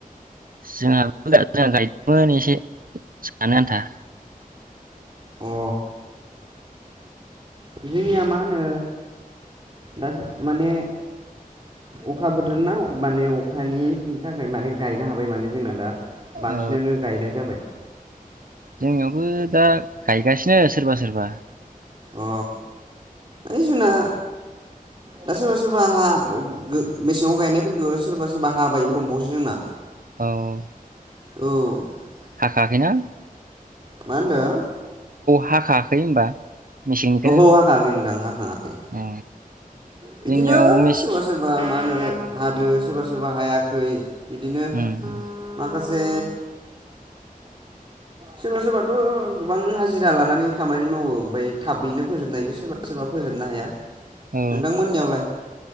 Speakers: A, on the right; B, on the right.
A: जोंहाबो जोंहा गायदोंमोन एसे जानो आन्था।
B: अ जोंनिया मा होनो दा माने अखा बोथोर ना माने अखानि थाखाय माने गायनो हाबाय माने जोंना दा। बांसिनानो
A: औ
B: गायनाय जाबाय।
A: जोंनियावबो दा गायगासिनो सोरबा सोरबा
B: अ ओइ जोंना दा सोरबा सोरबा हा गो मेसेंआव गायनायफोरखो सोरबा सोरबा हाबायबो दंबावोसो जोंना।
A: औ।
B: औ।
A: हाखांआखैना
B: मा होनदों?
A: हाखायाखै होनबा मेसेंनिखौनो
B: अह' हाखाङाखै नोंथां हाखाङाखै।
A: औ
B: बिदिनो
A: जोंनियाव मेस
B: सोरबा सोरबा मा होनो हादो। सोरबा सोरबा हायाखै। बिदिनो
A: औ
B: माखा से सोरबा सोरबाथ' गोबां हाजिरा लानानै खामानि मावो ओमफाय थाबैनो फोजोबनो हायो सोरबा। सोरबा फोजोबनो हाया।
A: औ
B: नोंथांमोननियावलाय?